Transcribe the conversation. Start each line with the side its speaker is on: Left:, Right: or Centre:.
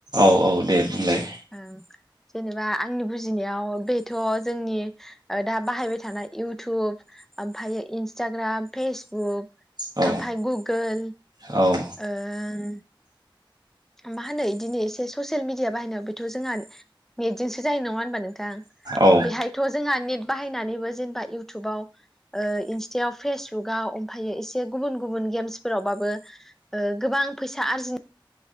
Right: औ औ दे। बुंलाय
Centre: ओ जेनेबा आंनि बुजिनायाव। बेथ' जोंनि दा बाहायबाय थानाय इउटुब ओमफ्राय इन्सटाग्राम फेसबुक।
Right: औ
Centre: ओमफाय गुगोल
Right: औ
Centre: ओं। मा होनो बिदिनो एसे ससियेल मिडिया बाहायनायाव बेथ' जोंहा नेटजोंसो जायो नङा होन। होमबा नोंथां
Right: औ
Centre: बेहायथ' जोंहा ने। बाहायनानैबो जेनेबा इउटुबाव ओ इन्स्टायाव फेसबुकाव ओमफ्रायो एसे गुबुन गुबुन गेम्सफोरावबाबो गोबां फैसा आरजिनो।